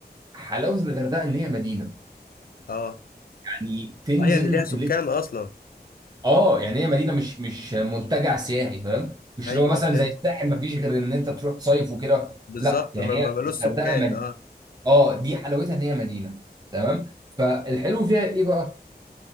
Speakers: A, on the right; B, on the left.
A: حلاوه الغردقه ان هي مدينه
B: اه
A: يعني تنزل
B: اه يعني ليها سكان
A: تلف
B: اصلا
A: اه يعني هي مدينه مش مش منتجع سياحي فاهم مش
B: ايوه
A: اللي هو مثلا
B: فهمت
A: زي الساحل ما فيش غير ان انت تروح تصيف وكده
B: بالظبط
A: لا يعني
B: ما ما-
A: هي
B: ملوش
A: الغردقه
B: سكان اه
A: اه دي حلاوتها ان هي مدينه تمام فالحلو فيها ايه بقى